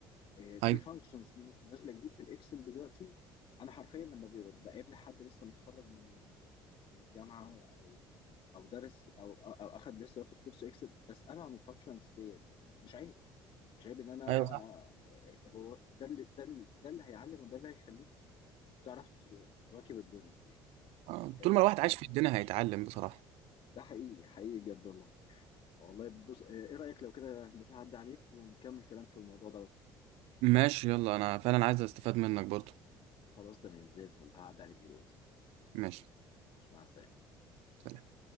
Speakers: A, on the left (about 50°); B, on the right (about 60°).
A: آه، في
B: أيوه
A: فانكشنز نازله جديد في الاكسل دلوقتي انا حرفيا لما ب- بقابل حد لسه متخرج من ال- من الجامعه او او درس او او أو اخد لسه واخد كورس اكسل بساله عن الفانكشنز ديت يعني مش عيب مش عيب ان انا
B: ايوه
A: آه، هو ده اللي ده اللي ده اللي هيعلم وده اللي هيخليه تعرف تواكب الدنيا
B: آه،
A: آه،
B: طول ما الواحد عايش في الدنيا هيتعلم بصراحة
A: ده حقيقي حقيقي بجد والله والله بص آه، ايه رأيك لو كده هندسة هعدي عليك ونكمل كلام في الموضوع دوت
B: ماشي يلا انا فعلا عايز استفاد منك برضو
A: خلاص تمام زي الفل هعدي عليك دلوقتي
B: ماشي
A: مع السلامة
B: سلام